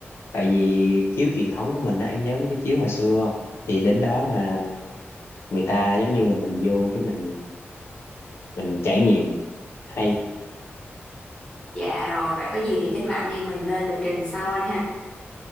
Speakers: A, on the left (about 65°); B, on the left (about 15°).
A: tại vì chiếu truyền thống của mình á em nhớ mấy cái chiếu hồi xưa không thì đến đó là người ta giống như là mình vô cái mình mình trải nghiệm hay
B: Dạ rồi, vậy có gì thì chắc là anh em mình lên lịch trình sau anh ha.